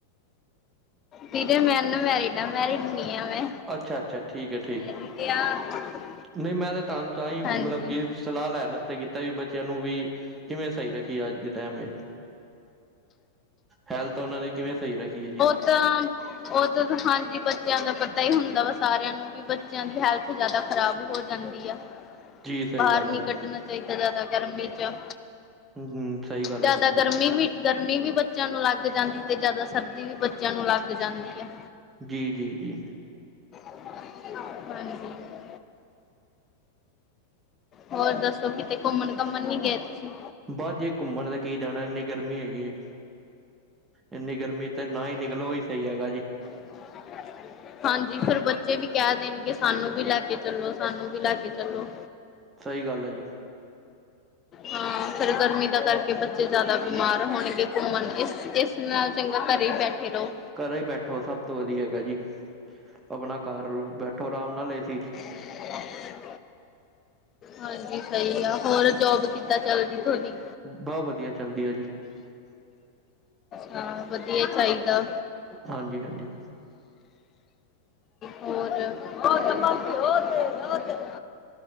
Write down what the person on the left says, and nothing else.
ਵੀਰੇ ਮੈਂ ਅਨ ਮੈਰਿਡ ਆ ਮੈਰਿਡ ਨੀ ਆ ਮੈਂ।
<unintelligible>
ਹਾਂਜੀ
ਤਾ ਉਹਦ ਹਾਂਜੀ ਬੱਚਿਆ ਦਾ ਪੱਤਾ ਹੀ ਹੁੰਦਾ ਵਾ ਸਾਰਿਆ ਨੂੰ। ਵੀ ਬੱਚਿਆ ਦੀ ਹੈਲਥ ਜਿਆਦਾ ਖ਼ਰਾਬ ਹੋ ਜਾਂਦੀ ਆ।
ਬਾਰ
ਨੀ
ਕੱਢਣਾ ਚਾਹੀਦਾ ਜਾਦਾ ਗਰਮੀ ਚ।
ਜਾਦਾ
ਗਰਮੀ ਵੀ ਗਰਮੀ ਵੀ ਬੱਚਿਆ ਨੂੰ ਲੱਗ ਜਾਂਦੀ ਤੇ ਜਾਦਾ ਸਰਦੀ ਵੀ ਬੱਚਿਆ ਨੂੰ ਲੱਗ ਜਾਂਦੀ ਹੈ।
ਹਾਂਜੀ ਹੋਰ ਦੱਸੋ ਕਿਤੇ ਘੁੰਮਣ-ਘਾਮਣ ਨੀ ਗਏ ਤੁਸੀ।
ਹ <unintelligible> ਹਾਂਜੀ, ਫਿਰ ਬੱਚੇ ਵੀ ਕਹਿ ਦੇਣਗੇ ਸਾਨੂੰ ਵੀ ਲੈ ਕੇ ਚੱਲੋ ਸਾਨੂੰ ਵੀ ਲੈ ਕੇ ਚੱਲੋ।
ਹਾਂ ਫੇਰ ਗਰਮੀ ਦਾ ਕਰਕੇ ਬੱਚੇ ਜ਼ਿਆਦਾ ਬਿਮਾਰ ਹੋਣਗੇ ਘੁੰਮਣ ਇਸ ਇਸ ਸ ਨਾਲ ਚੰਗਾ ਘਰੇ ਬੈਠੇ ਰਹੋ।
ਆ <unintelligible> ਹਾਂਜੀ, ਸਹੀ ਆ ਹੋਰ ਜੋਬ ਕਿੱਦਾਂ ਚੱਲਦੀ ਤੁਹਾਡੀ।
ਹਾਂ ਵਧੀਆ ਚਾਹੀਦਾ।
ਹੋਰ ਹੋਰ ਬਾ ਹੋਰ ਹੋ <unintelligible>